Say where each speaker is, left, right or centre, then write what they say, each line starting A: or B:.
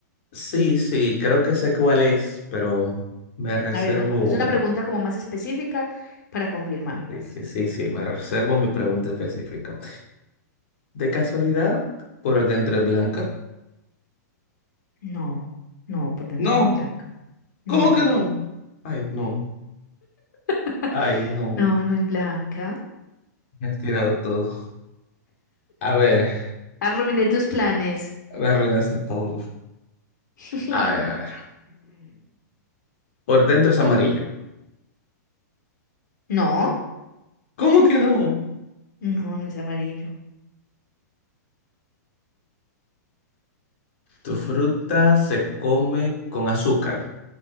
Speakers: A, on the left (about 40°); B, on the left (about 85°).
A: Sí, sí, creo que sé cuál es, pero me reservo...
B: A ver, haz una pregunta como más específica para confirmar.
A: Sí, sí, sí, sí, me reservo mi pregunta específica. ¿De casualidad? ¿Por dentro es blanca?
B: No, no, por dentro
A: No,
B: no es blanca. No.
A: ¿cómo que no? Ay, no,
B: <laughs>
A: ay, no,
B: No, no es blanca.
A: me has tirado todo. A ver,
B: Arruiné tus planes.
A: me arruinaste todo.
B: <laughs>
A: A ver, a ver. <clears throat> Por dentro es amarillo.
B: No,
A: ¿Cómo que no?
B: no, no es amarillo.
A: Tu fruta se come con azúcar.